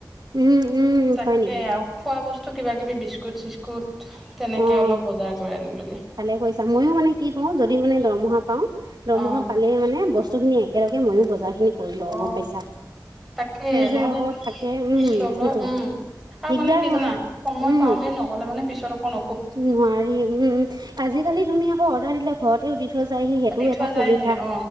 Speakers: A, on the right (about 65°); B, in the centre.
A: উম, উম,
B: তাকে
A: হয় নেকি?
B: আৰু খোৱা বস্তু। তো কিবা কিবি বিস্কুট চিস্কুট তেনেকৈ
A: অ',
B: অলপ বজাৰ কৰি আনিলোঁ।
A: ভালে কৰিছা, ময়ো মানে কি কও, যদি মানে দৰমহা পাওঁ, দৰমহা
B: অ
A: পালেই মানে বছ বস্তুখিনি একেলগে ময়ো বজাৰ খিনি কৰি লওঁ
B: অ
A: গম পাইছা।
B: তাকে
A: যে
B: নহ'লে
A: আকৌ থাকে, উম,
B: পিছলৈ
A: সেইটোৱে।
B: উম আৰু
A: দিগদাৰ
B: মানে কি জানা?
A: হয়।
B: সময়
A: উম,
B: পাওঁতে নগলে মানে পিছত আকৌ ন
A: নোৱাৰি। উম, আজিকালি তুমি আকৌ অৰ্ডাৰ দিলে ঘৰতেও দি থৈ যায়হি সেইটোও
B: দি থৈ
A: এটা
B: যায়হি
A: সুবিধা।
B: অ